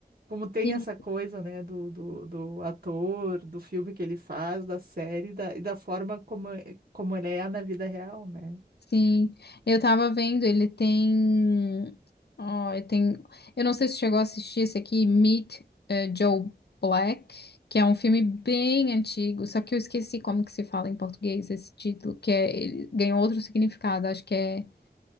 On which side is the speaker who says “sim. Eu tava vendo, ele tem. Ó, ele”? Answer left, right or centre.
Left